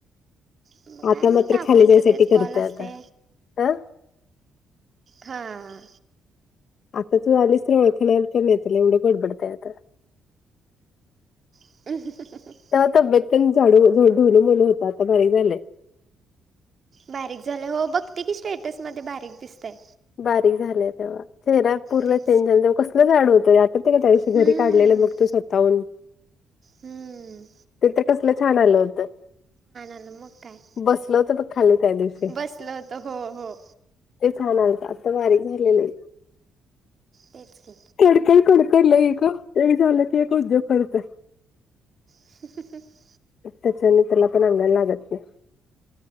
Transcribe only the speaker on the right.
मग काय
नाही
काकूंचं
तेच कॉल
असते
हा.
<unintelligible>
बारीक झाले. हो बघते की स्टेटसमध्ये बारीक दिसतय.
तेच
हम्म
हम्म
अन मग काय.
बसलं होतं हो हो
तेच की
<unintelligible>